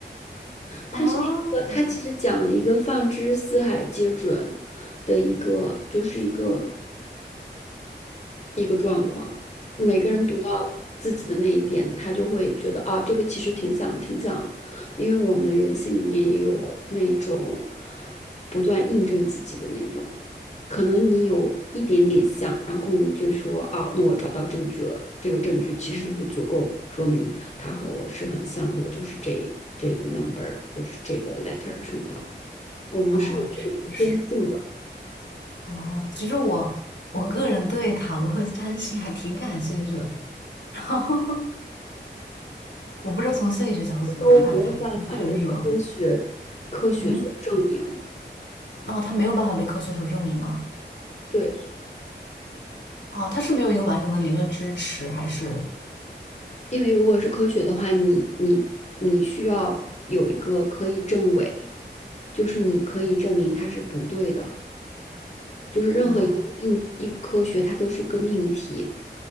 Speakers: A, on the left (about 40°); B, on the left (about 80°).
A: 它是一个，
B: 哦，
A: 它其实讲了一个放之四海皆准的一个，就是一个一个状况。每个人读到自己的那一点，
B: 嗯，
A: 他就会觉得啊，这个其实挺像，挺像，因为我们人性里面也有那种不断印证自己的那种，可能你有一点点像，然后你就说啊，那我找到证据了，这个证据其实是足够说明他和我是很像的，我就是这这个 number，或者是这个 letter 什么的。我们是有这种天性的，
B: 哦，确实。哦，其实我我个人对塔罗和占星还挺感兴趣的，<laughs> 然后我不知道从心理学角度怎么看它，
A: 都没有办法被科学科学所证明。
B: 我会觉得有，嗯，哦，它没有办法被科学所证明吗？
A: 对，
B: 哦，它是没有一个完整的理论支持，还是？
A: 因为如果是科学的话，你你你需要有一个可以证伪，就是你可以证明它是不对的。就是任何一个命一个科学，
B: 啊？
A: 它都是一个命题。